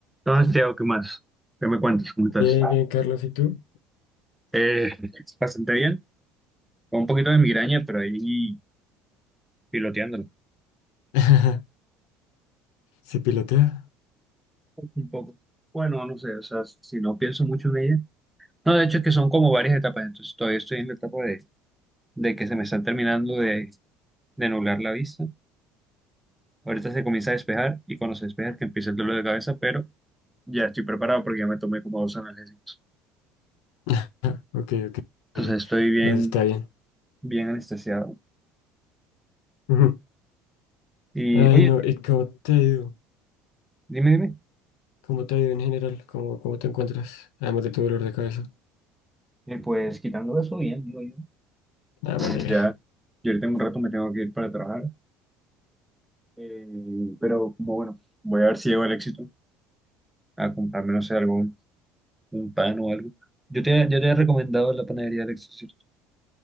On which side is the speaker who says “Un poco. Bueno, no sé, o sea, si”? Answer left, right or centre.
Centre